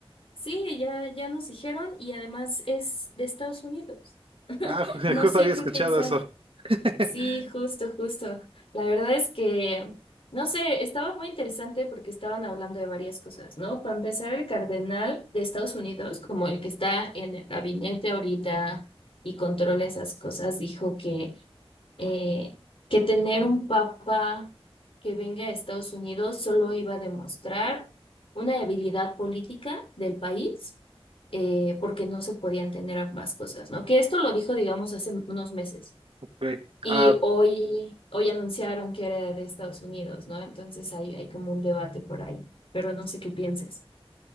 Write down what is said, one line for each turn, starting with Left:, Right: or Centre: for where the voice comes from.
Left: sí, ya, ya nos dijeron, y además es de Estados Unidos. <laughs>
Right: Ah, <laughs>
Left: No
Right: justo
Left: sé
Right: había
Left: qué
Right: escuchado
Left: pensar.
Right: eso. <laughs>
Left: Sí, justo, justo. La verdad es que, no sé, estaba muy interesante porque estaban hablando de varias cosas, ¿no? Para empezar, el cardenal de Estados Unidos, como el que está en el gabinete ahorita y controla esas cosas, dijo que eh, que tener un papa que venga a Estados Unidos solo iba a demostrar una habilidad política del país, eh, porque no se podían tener ambas cosas, ¿no? Que esto lo dijo, digamos, hace unos meses.
Right: Ok.
Left: Y
Right: Ah,
Left: hoy, hoy anunciaron que era de Estados Unidos, ¿no? Entonces hay, hay como un debate por ahí, pero no sé qué pienses.